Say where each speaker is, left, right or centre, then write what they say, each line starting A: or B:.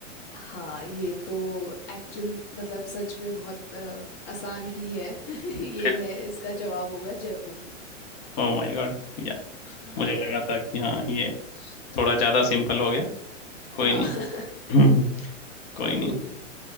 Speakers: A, on the left; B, on the left.
A: हाँ ये तो एक्चुअल मतलब सच में बहुत अ, आसान ही है <laughs> ये
B: फिर
A: है इसका जवाब होगा जयपुर
B: ओ माय गॉड या
A: हाँ
B: मुझे लगा था कि हाँ ये थोड़ा ज्यादा सिंपल हो गया कोई
A: हाँ
B: नहीं
A: <laughs>
B: हम्म, कोई नहीं
A: कोई नहीं